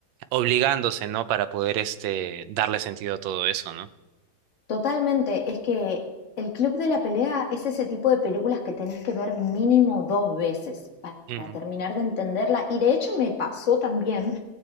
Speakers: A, on the right; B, on the left.
A: obligándose, ¿no? Para poder, este, darle sentido a todo eso, ¿no?
B: Totalmente, es que el Club de la Pelea es ese tipo de películas que tenés que ver mínimo dos veces para
A: Mm,
B: terminar de entenderla. Y de hecho me pasó también